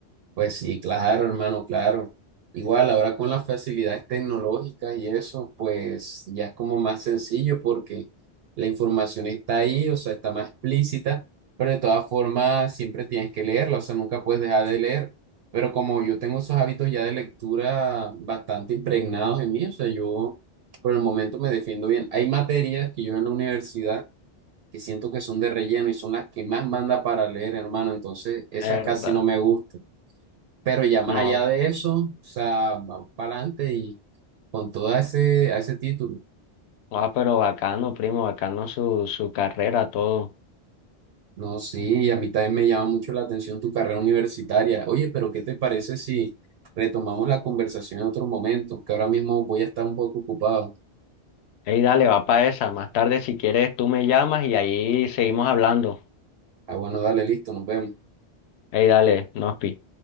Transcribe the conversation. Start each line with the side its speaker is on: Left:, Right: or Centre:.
Right: Pues sí, claro, hermano, claro. Igual ahora con las facilidades tecnológicas y eso, pues ya es como más sencillo porque la información está ahí, o sea, está más explícita, pero de todas formas siempre tienes que leerla, o sea, nunca puedes dejar de leer. Pero como yo tengo esos hábitos ya de lectura bastante impregnados en mí, o sea, yo por el momento me defiendo bien. Hay materias que yo en la universidad que siento que son de relleno y son las que más manda para leer, hermano, entonces esas
Left: ¿Verdad?
Right: casi no me gustan. Pero ya más
Left: No,
Right: allá de eso, o sea, vamos para adelante y con todo ese, a ese título.
Left: Ah, pero bacano, primo, bacano su, su carrera, todo.
Right: No, sí, y a mí también me llama mucho la atención tu carrera universitaria. Oye, pero ¿qué te parece si retomamos la conversación en otro momento? Que ahora mismo voy a estar un poco ocupado.
Left: Ey, dale, va para esa. Más tarde, si quieres, tú me llamas y ahí seguimos hablando.
Right: Ah, bueno, dale, listo, nos vemos.
Left: Ey, dale, nos pi.